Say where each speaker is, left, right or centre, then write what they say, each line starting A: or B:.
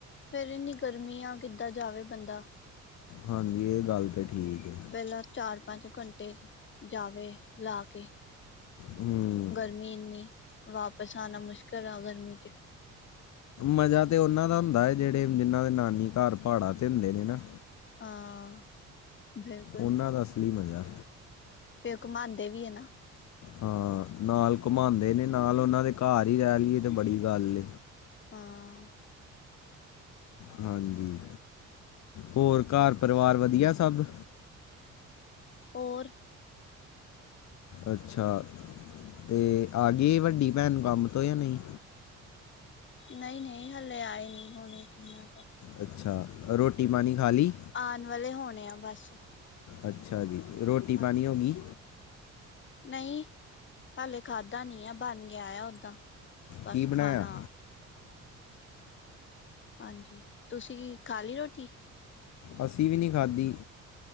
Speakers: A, on the left; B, on the left.
A: ਫੇਰ ਇਨੀ ਗਰਮੀ ਆ ਕਿੱਦਾਂ ਜਾਵੇ ਬੰਦਾ
B: ਹਾਂਜੀ ਇਹ ਗੱਲ ਤੇ ਠੀਕ ਹੈ
A: ਪਹਿਲਾਂ ਚਾਰ ਪੰਜ ਘੰਟੇ ਜਾਵੇ ਲਾ ਕੇ
B: ਹੂੰ
A: ਗਰਮੀ ਇੰਨੀ ਵਾਪਸ ਆਉਣਾ ਮੁਸ਼ਕਿਲ ਆ ਗਰਮੀ ਚ
B: ਮਜ਼ਾ ਤੇ ਉਹਨਾਂ ਦਾ ਹੁੰਦਾ ਹੈ ਜਿਹੜੇ ਜਿਹਨਾਂ ਦੇ ਨਾਨੀ ਘਰ ਪਹਾੜਾ ਤੇ ਹੁੰਦੇ ਨੇ ਨਾ
A: ਹਾਂ ਬਿਲਕੁਲ
B: ਉਹਨਾਂ ਦਾ ਅਸਲੀ ਮਜ਼ਾ
A: ਫੇਰ ਉਹ ਘੁਮਾਉਂਦੇ ਵੀ ਹੈ ਨਾ।
B: ਹਾਂ ਨਾਲ ਘੁਮਾਉਂਦੇ ਨੇ ਨਾਲ ਉਹਨਾਂ ਦੇ ਘਰ ਹੀ ਰਹਿ ਲਈਏ ਤੇ ਬੜੀ ਗੱਲ
A: ਹਾਂ ਅ।
B: ਹਾਂਜੀ ਹੋਰ ਘਰ ਪਰਿਵਾਰ ਵਧੀਆ ਸਭ
A: ਹੋਰ।
B: ਅੱਛਾ ਤੇ ਆ ਗਏ ਵੱਡੀ ਭੈਣ ਕੰਮ ਤੋਂ ਜਾਂ ਨਹੀਂ।
A: ਨਹੀਂ ਨਹੀਂ ਹਲੇੇ ਆਏ ਨਹੀਂ ਹੋਣੇ ਕਿੰਨਾ
B: ਅੱਛਾ ਰੋਟੀ ਪਾਣੀ ਖਾ ਲਈ
A: ਆਉਣ ਵਾਲੇ ਹੋਣੇ ਆ ਬਸ
B: ਅੱਛਾ ਜੀ ਰੋਟੀ ਪਾਣੀ
A: ਹਾਂ
B: ਹੋ ਗਈ
A: ਨਹੀਂ ਹਾਲੇ ਖਾਧਾ ਨ ਆ ਬਣ ਗਿਆ ਆ ਓਦਾਂ। ਬਸ
B: ਕੀ ਬਣਾਇਆ
A: ਖਾਣਾ ਹਾਂਜੀ ਤੁਸੀਂ ਖਾ ਲਈ ਰੋਟੀ।
B: ਅਸੀਂ ਵੀ ਨਹੀਂ ਖਾਧੀ